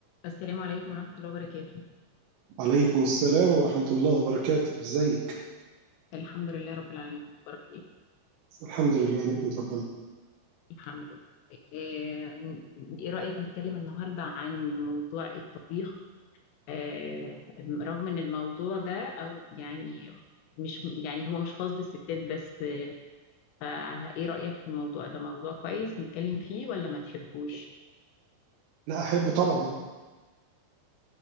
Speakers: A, on the left; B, on the right.
A: السلام عليكم ورحمة الله وبركاته
B: وعليكم السلام ورحمة الله وبركاته ازيك
A: الحمد لله رب العالمين بارك ايه
B: الحمد لله نحمد ربنا
A: الحمد لله آه، ايه رأيك نتكلم النهاردة عن موضوع الطبيخ آه، رغم ان الموضوع ده او يعني مش يعني هو مش خاص بالستات بس آه، ايه رأيك في الموضوع ده موضوع كويس نتكلم فيه ولا ما تحبوش
B: لا أحبه طبعا